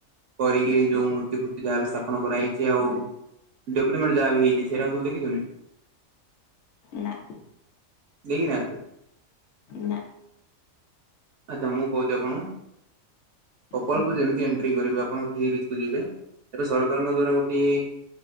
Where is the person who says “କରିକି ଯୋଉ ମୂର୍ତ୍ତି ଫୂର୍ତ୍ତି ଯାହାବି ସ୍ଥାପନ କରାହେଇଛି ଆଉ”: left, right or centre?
Right